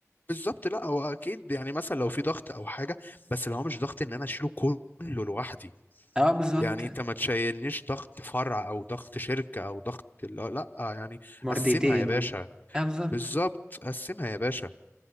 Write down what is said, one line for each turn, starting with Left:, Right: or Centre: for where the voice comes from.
Left: بالظبط لا هو اكيد يعني مثلا لو في ضغط او حاجة بس اللي هو مش ضغط ان انا اشيله كله لوحدي
Right: اه بالظبط
Left: يعني انت ما تشيلنيش ضغط فرع او ضغط شركة او ضغط لا لا، يعني
Right: مرديتين
Left: قسمها يا باشا
Right: والله اه بالظبط
Left: بالظبط قسمها يا باشا